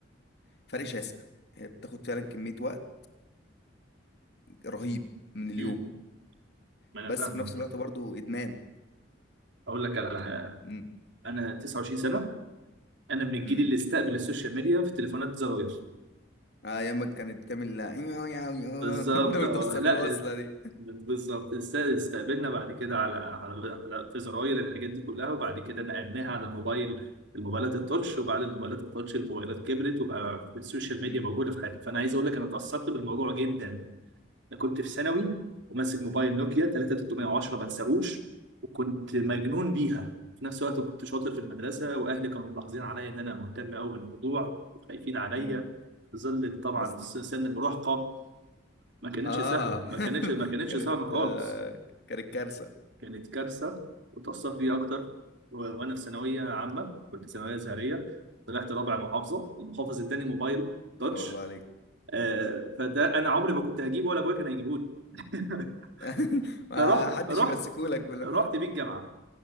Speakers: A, on the left; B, on the right.
A: فرق شاسع هي بتاخد فعلا كميه وقت رهيب من اليوم
B: مم. ما انا
A: بس
B: فاهمك
A: في نفس الوقت برضو ادمان
B: اقول لك على حاجه
A: امم
B: انا 29 سنه انا من الجيل
A: امم
B: اللي استقبل السوشيال ميديا في تليفونات زراير
A: آه، ايام ما كانت بتعمل لا <laughs>
B: بالظبط
A: ده
B: اه
A: بتوصل
B: لا
A: الوصله دي
B: بالظبط است- استقبلنا بعد كده على على على- في زراير الحاجات دي كلها وبعد كده نقلناها على الموبايل الموبايلات التاتش وبعد الموبايلات التاتش الموبايلات كبرت وبقى السوشيال ميديا
A: امم
B: موجوده في حياتنا فانا عايز اقول لك انا اتاثرت بالموضوع جدا انا كنت في ثانوي وماسك موبايل نوكيا 3310 ما انساهوش وكنت مجنون بيها في نفس الوقت كنت شاطر في المدرسه واهلي كانوا ملاحظين عليا ان انا مهتم قوي بالموضوع وخايفين عليا
A: امم
B: في ظل طبعا
A: مظ...
B: س- سن المراهقه ما كانتش
A: اه
B: سهله ما كانتش
A: <laughs>
B: ما كانتش
A: كانت
B: سهله خالص
A: آه كانت كارثه
B: كانت كارثه واتأثرت بيها اكتر و- وانا في ثانويه عامه كنت ثانويه ازهريه طلعت رابع محافظه المحافظ اداني موبايل
A: ما
B: تاتش
A: شاء الله عليك
B: آه فده انا عمري ما كنت هجيبه ولا ابويا كان هيجيبه لي <laughs>
A: <laughs> ما
B: فرحت
A: حدش
B: رحت
A: يمسكولك بلا
B: رحت بيه الجامعه